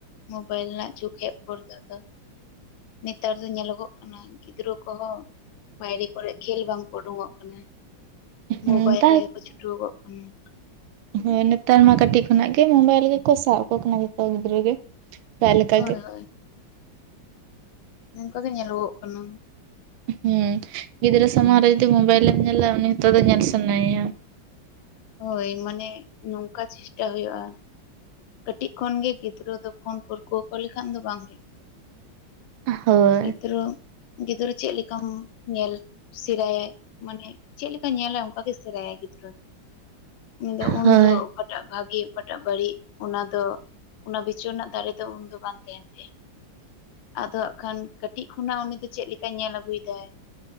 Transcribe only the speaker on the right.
ᱦᱮᱸ ᱛᱟᱨ
ᱦᱳᱭ ᱱᱮᱛᱟᱨ ᱢᱟ ᱠᱟᱹᱴᱤᱡ ᱠᱷᱚᱱᱟᱜ ᱜᱮ ᱢᱳᱵᱟᱭᱤᱞ ᱜᱮᱠᱚ ᱥᱟᱜ ᱟᱠᱚ ᱠᱟᱱᱟ ᱡᱚᱛᱚ ᱜᱤᱫᱽᱨᱟᱹ ᱜᱮ᱾ ᱚᱠᱟ ᱞᱮᱠᱟ
ᱜᱮ
ᱦᱮᱸ ᱜᱤᱫᱽᱨᱟᱹ ᱥᱟᱢᱟᱝ ᱨᱮ ᱡᱩᱫᱤ ᱢᱳᱵᱟᱭᱤᱞᱮᱢ ᱧᱮᱞᱟ ᱩᱱᱤ ᱦᱚᱛᱚ ᱟᱫᱚ ᱧᱮᱞ ᱥᱟᱱᱟᱭ ᱮᱭᱟ᱾
ᱦᱳᱭ
ᱦᱳᱭ